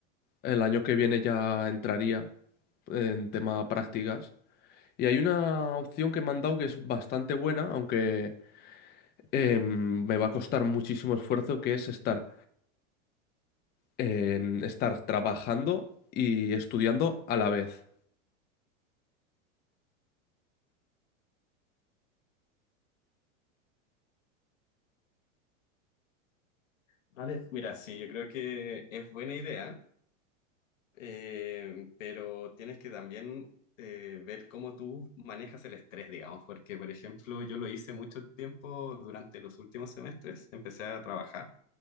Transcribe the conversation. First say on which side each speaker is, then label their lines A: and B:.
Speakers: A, on the left (about 25°); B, on the left (about 70°).
A: El año que viene ya entraría en tema prácticas. Y hay una opción que me han dado que es bastante buena, aunque em, me va a costar muchísimo esfuerzo, que es estar em, estar trabajando y estudiando a la vez.
B: Vale, mira, sí, yo creo que es buena idea. Eh, pero tienes que también eh, ver cómo tú manejas el estrés, digamos, porque, por ejemplo, yo lo hice mucho tiempo durante los últimos semestres, empecé a trabajar.